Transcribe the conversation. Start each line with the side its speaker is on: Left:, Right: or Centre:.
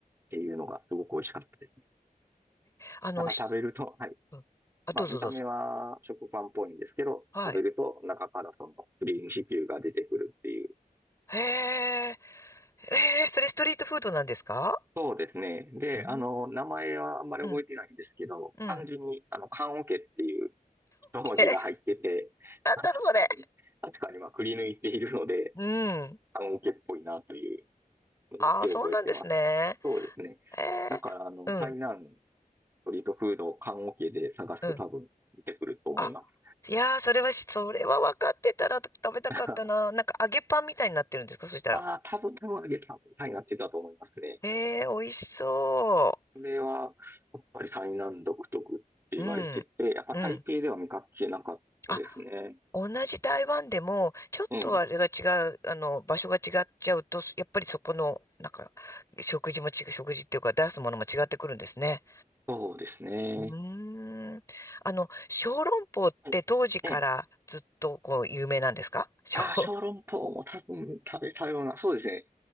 Right: っていうのがすごく美味しかったですね。
Left: あの、
Right: なんか食べると、
Left: し、
Right: はい、
Left: うん。あ、
Right: まあ、
Left: どうぞどうぞ。
Right: 見た目は食パンっぽいんですけど、
Left: はい。
Right: 食べると中からそのクリームシチューが出てくるっていう。
Left: へえ、えー、それストリートフードなんですか
Right: そうですね。で、
Left: うん。
Right: あの、名前はあんまり覚えてないんですけど、
Left: うん。うん。
Right: 漢字に、あの、棺桶っていう一文字が入ってて、
Left: え、
Right: <laughs>
Left: なんだろ、
Right: まあ確かに、
Left: それ。
Right: 確かにまあ、くり抜いているので、
Left: うん。
Right: 棺桶っぽいなというのだけ覚えてます。
Left: ああ、そうなんですね。
Right: そうですね。
Left: えー、
Right: だから、あの、台南、
Left: うん。
Right: ストリートフード、棺桶で探すと多分出てくると思います。
Left: うん。あ、いやー、それはし、それは分かってたら食べたかったな。
Right: <laughs>
Left: なんか揚げパンみたいになってるんですかそしたら。
Right: ああ、多分、多分あげた、台南って言ったと思いますね。
Left: えー、美味しそ
Right: これは、やっぱり台南独特って言われてて、
Left: う。うん。
Right: やっぱ台北では見かけなかったですね。
Left: うん。あ、同じ台湾でも、ちょっとあれが違う、
Right: うん、
Left: あの、場所が違っちゃうと、やっぱりそこの、なんか、食事も違う、食事っていうか出すものも違ってくるんですね。
Right: そうですね。
Left: うーん。あの、小籠包って当時からずっとこう有名なんですか小、
Right: はい。ええ、ああ、小籠包も多分食べたような、そうですね。